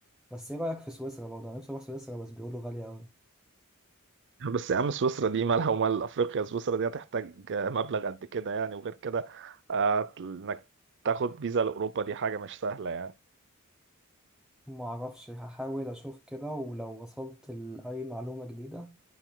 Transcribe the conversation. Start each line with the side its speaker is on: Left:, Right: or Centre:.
Centre: بس ايه رأيك في سويسرا برضه انا نفسي اروح سويسرا بس بيقولوا غالية اوي
Right: بس يا عم سويسرا دي مالها ومال افريقيا سويسرا دي هتحتاج مبلغ قد كده يعني وغير كده آه، انك تاخد فيزا لاوروبا دي حاجه مش سهله يعني
Centre: معرفش هحاول اشوف كده ولو وصلت لأي معلومة جديدة